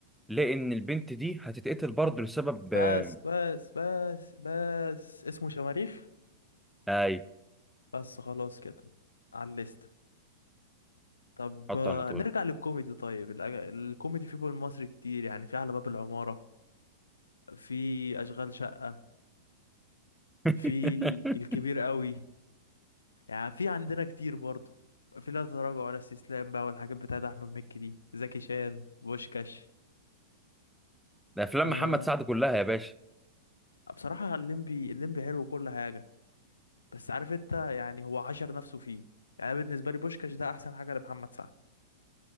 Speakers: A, in the centre; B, on the left (about 80°).
A: لقى إن البنت دي هتتقتل برضه لسبب
B: بس
A: آه،
B: بس بس بس اسمه شماريخ
A: أي
B: بس خلاص كده على الليست طب
A: حط
B: آه،
A: على طول
B: نرجع للكوميدي طيب الأج- الكوميدي في بول مصر كتير يعني في على باب العمارة في أشغال شقة
A: <laughs>
B: في الكبير قوي يعني في عندنا كتير برضه في لا تراجع ولا استسلام بقى والحاجات بتاعت احمد مكي دي زكي شان بوشكاش
A: ده أفلام
B: آه
A: محمد سعد كلها يا باشا
B: بصراحه الليمبي الليمبي حلو وكل حاجه بس عارف انت يعني هو حشر نفسه فيه يعني أنا بالنسبه لي بوشكاش ده احسن حاجه لمحمد سعد